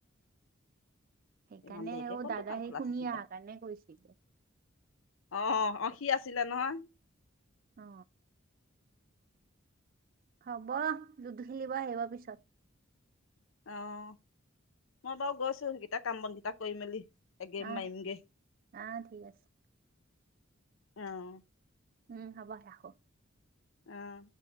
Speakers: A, on the right (about 40°); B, on the left (about 70°).
A: সেইকাৰণেও
B: ইমান দেৰিকে ক'ত
A: দাদা
B: দোকান
A: সেই
B: খোলা
A: শুনি
B: থাকিব
A: অহা কাৰণে কৈছিলে।
B: অ অ সি আছিলে নহয়
A: অ হব, লুডু খেলিব আহিব পিছত
B: অঁ মই বাও গৈছো, গিটা কাম বনকেইটা কৰি মেলি আগে
A: আহ
B: মাইম গে
A: আহ ঠিক আছে
B: অঁ
A: উম হ'ব ৰাখো
B: আহ